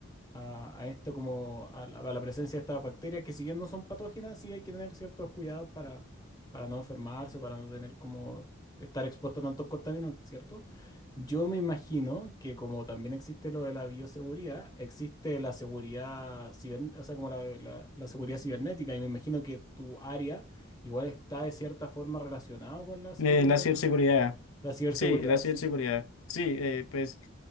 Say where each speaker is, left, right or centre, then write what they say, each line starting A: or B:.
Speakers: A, on the left (about 20°); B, on the left (about 80°).
A: a, a esto como a la, a la presencia de estas bacterias que si bien no son patógenas, sí hay que tener ciertos cuidados para, para no enfermarse, para no tener como estar expuesto a tantos contaminantes, ¿cierto? Yo me imagino que como también existe lo de la bioseguridad, existe la seguridad, ciber- o sea, como la, la- la seguridad cibernética, y me imagino que tu área igual está de cierta forma relacionada con la seguridad,
B: Eh, la ciberseguridad.
A: la ciberseguridad,
B: Sí, la ciberseguridad.
A: sí.
B: Sí, eh, pues